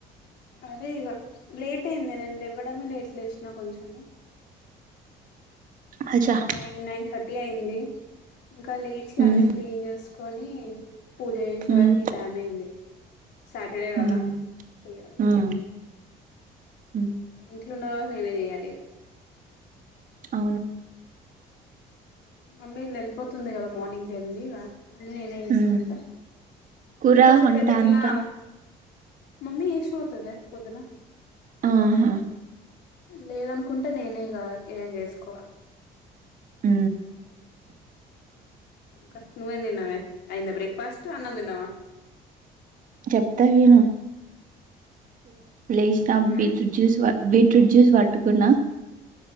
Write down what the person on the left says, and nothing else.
అదే ఇక లేట్ అయింది నేను లెగవడమే లేట్ లేసిన కొంచెము
నైన్ నైన్ థర్టీ అయింది ఇంకా లేచి
అన్ని క్లీన్ చేసుకొని పూజ చేసే
వరకు ఈ టైం అయింది సటర్డే కథ
చేయాలి
ఇంట్లో ఉన్న కాబట్టి నేనే చేయాలి ఇక
మమ్మీ నలిపోతుంది కదా మార్నింగ్కి వెళ్ళి ఇక అన్నీ నేనే చేసుకుంటా
మీకోసపు
అయితే ఎట్లనా
మమ్మీ ఏష పోతదే పోదున్న
లేదనుకుంటే నేనే ఇక ఏదైనా చేసుకోవాలి
ఇకా నువ్వేం తిన్నవే అయిందా బ్రేక్ఫాస్ట్ అన్నం తిన్నావా
ఉమ్